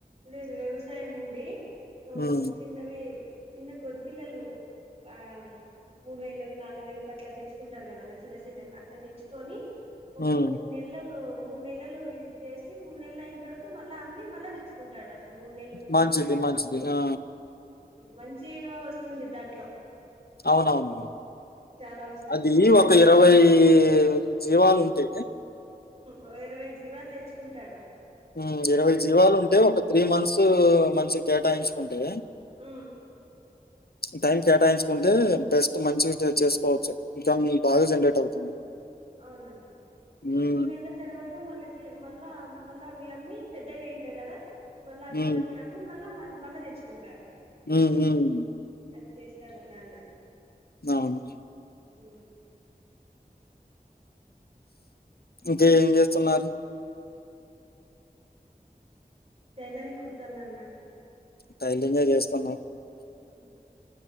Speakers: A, on the right; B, on the left.
A: లేదు వ్యవసాయం ఉండి ఆ
B: హ్మ్.
A: చిన్నవి చిన్న గొరిపిల్లలు ఆ మూడు వేలకు నాలుగు వేలకు అట్లా తెచ్చుకుంటారు కదన్నా చిన్న చిన్నవి అట్లా తెచ్చుకొని ఒక
B: హ్మ్.
A: మూడు నెల్లలో మూడు నెలలు ఇది చేేసి మూడు నెల్లు అయిన తర్వాత మళ్ళా అమ్మి మళ్ళా తెచ్చు ట్ల మూడు నెల్లు మూడు
B: మంచిది
A: నెల్లు
B: మంచిది. ఆ!
A: మంచిగా వస్తుంది దాంట్లో
B: అవునవును
A: చాలా వస్తుంది
B: అది
A: మంచిగా
B: ఒక ఇరవై ఈ జీవాలు ఉంటాయి
A: ఓ ఇరవై జీవాలు తెచ్చుకుంటాడు
B: ఉమ్ ఇరవై జీవాలు ఉంటే ఒక త్రీ మంత్స్ మంచిగ కేటాయించుకుంటే
A: ఊ
B: టైం కేటాయించుకుంటే బెస్ట్ మంచిగ చ చేసుకోవచ్చు ఇన్కామీ బాగా జనరేట్ అవుతుంది
A: అవునన్న
B: హ్మ్.
A: మూడు నెలల తర్వాత మళ్ళకి మళ్ళా మళ్ళా వి అమ్మి పెద్దగా అయింటాయి కదా మళ్ళా అవి
B: హ్మ్.
A: మల్ అమ్మి మళ్ళా మళ్ళా తెచ్చుకుంటాడు
B: ఊ ఉమ్
A: అది చేస్తాడు నాన్న
B: అవును
A: ఊ
B: ఇంక ఏం చేస్తున్నారు
A: టైలరింగ్ కుడతానన్నా
B: టైలరింగే చేస్తున్నావ్
A: హ్మ్